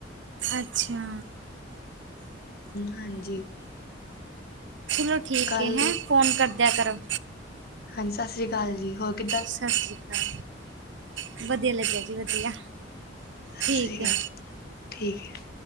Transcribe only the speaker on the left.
ਹਾਂਜੀ।
ਗੱਲ
ਹਾਂਜੀ, ਸਤਿ ਸ੍ਰੀ ਅਕਾਲ ਜੀ ਹੋਰ ਕਿ।
ਸਤਿ
ਸ਼੍ਰੀ ਅਕਾਲ
ਜੀ, ਠੀਕ ਹੈ।